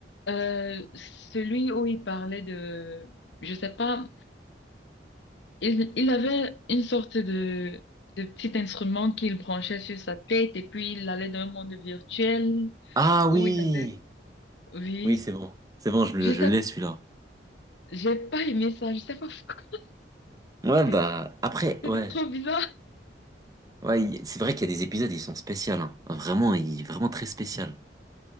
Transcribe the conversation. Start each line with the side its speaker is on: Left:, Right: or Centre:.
Left: Euh, celui où il parlait de, je sais pas, il, il avait une sorte de, de petit instrument qu'il branchait sur sa tête et puis il allait dans un monde virtuel
Right: Ah oui!
Left: où il avait, oui,
Right: Oui, c'est bon. C'est bon, je, le-
Left: je
Right: je
Left: sais,
Right: l'ai celui-là.
Left: j'ai pas aimé ça, je sais pas pourquoi.
Right: Ouais,
Left: <laughs>
Right: bah, après,
Left: C'était
Right: ouais.
Left: trop bizarre.
Right: Ouais, il- c'est vrai qu'il y a des épisodes, ils sont spéciaux, hein. Vraiment, il, vraiment très spécial.